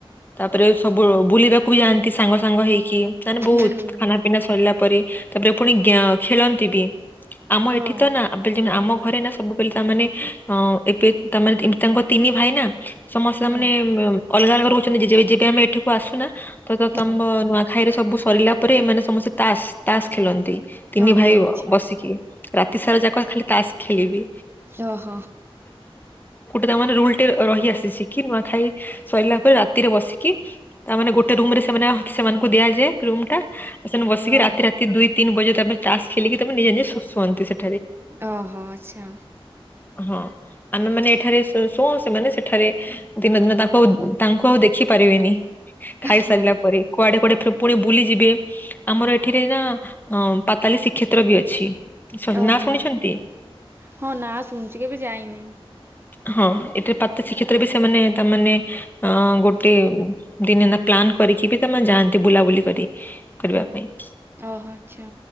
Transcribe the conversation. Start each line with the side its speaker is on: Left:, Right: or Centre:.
Left: ତାପରେ ସବୁ ବୁଲିବାକୁ କୁ ଯାଆନ୍ତି ସାଙ୍ଗ ସାଙ୍ଗ ହେଇକି ତାମାନେ ବହୁତ
Right: ହୁଁ
Left: ଖାନା ପିନା ସରିଲା ତାପରେ ପୁଣି ଜ୍ଞା ଖେଳନ୍ତି ବି ଆମ
Right: ହଁ
Left: ଏଠି ତ ନା <inaudible> ଆମ ଘରେ ନା ସବୁବେଳେ ତାମାନେ ଅ ଏବେ ତାମାନେେ ତାଙ୍କ ତିନି ଭାଇ ନା ସମସ୍ତେ
Right: ହୁଁ
Left: ମାନେ ଅଲଗା ଅଲଗା ରହୁଛନ୍ତି ଯେବେ ଆମେ ଏଠାକୁ ଆସୁନା ତ
Right: ହଁ
Left: ତମ ନୂଆଖାଇ ରେ ସବୁ ସରିଲା ପରେ ମାନେ ସମସ୍ତେ ତାସ ତାସ ଖେଳନ୍ତି ତିନି
Right: ଓହୋ
Left: ଭାଇ
Right: ଆଚ୍ଛା
Left: ବସିକି ରାତି ସାରା ଯାକ ଖାଲି ତାସ୍ ଖେଲିବି।
Right: ଓ ହୋ।
Left: ତାମାନେ ରୁଲ ଟେ ରହି ଆସିଛି କି ନୂଆ ଖାଇ ସରିଲା ପରେ ରାତିରେ ବସିକି ତାମାନେ ଗୋଟେ ରୁମ ରେ ସେ ସେମାନେ ସେମାନଙ୍କୁ ଦିଆଯାଏ ରୁମ୍ ଟା ସେମାନେ ବସିକି
Right: ହଁ
Left: ରାତି ରାତି ଦୁଇ ତିନି ବଜ ତାପରେ ତାସ ଖେଳିକି ନିଜେ ନିଜେ ଶ ଶୁଅନ୍ତି ସେଠି।
Right: ଓ ହୋ ଆଚ୍ଛା।
Left: ହଁ ଆମେ ମାନେ ଏଠାରେ ସୂ ଶୁଉ ସେମାନେ ସେଠାରେ ଦିନ ଦିନ ତାଙ୍କୁ ଆ ତାଙ୍କୁ ଆଉ ଦେଖି ପାରିବେନି। ଖାଇସାରିଲା
Right: ହଁ
Left: ପରେ କୁଆଡେ କୁଆଡେ ଫେର ପୁଣି ବୁଲିଯିବେ ଆମର ଏଠିରେ ନା ହଁ ପାତାଲି ଶ୍ରୀକ୍ଷେତ୍ର ବି ଅଛି।
Right: ଓହୋ!
Left: ନା ଶୁଣିଛନ୍ତି?
Right: ହଁ ନା ଶୁଣୁଛି କେବେ ଯାଇନାଇ।
Left: ହଁ ଏଠିରେ ପାତ ଶ୍ରୀକ୍ଷେତ୍ରରେ ବି ସେମାନେ ତାମାନେ ଅ, ଗୋଟେ ଦିନେନା ପ୍ଲାନ୍ କରିକି ବି ତୋମ ଯାଆନ୍ତି ବୁଲାବୁଲି କରି କରିବାପାଇଁ।
Right: ଓହୋ! ଆଚ୍ଛା